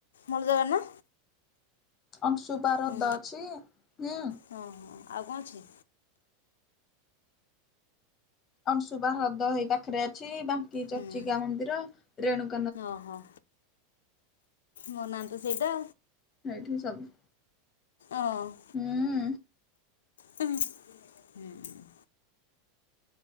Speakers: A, on the left; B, on the left.
A: ଭଲ ଜାଗା ନା?
B: ଅଂଶୁପା ହ୍ରଦ
A: ହୁଁ
B: ଅଛି ହୁଁ।
A: ହଁ ହଁ, ଆଉ କଣ ଅଛି?
B: ଅଂଶୁପା ହ୍ରଦ ହେଇ ପାଖରେ ଅଛି। ବାଙ୍କି
A: ହୁଁ
B: ଚର୍ଚିକା ମନ୍ଦିର ରେଣୁ
A: ଓହୋ ମୋ ନାଁ ତ ସେଇଟା।
B: ଏଇଠି ସବୁ।
A: ଅଂ।
B: ଉଁ।
A: ହୁମ ହୁଁ <unintelligible>